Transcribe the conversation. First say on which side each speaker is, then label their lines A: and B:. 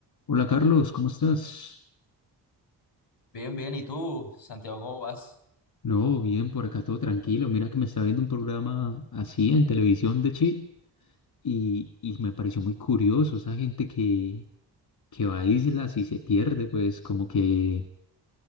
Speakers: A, on the left; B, on the left.
A: Hola Carlos, ¿cómo estás?
B: Bien, bien. ¿Y tú, Santiago, cómo vas?
A: No, bien, por acá todo tranquilo. Mira que me estaba viendo un programa así en televisión de Chile y, y me pareció muy curioso esa gente que, que va a islas y se pierde, pues como que,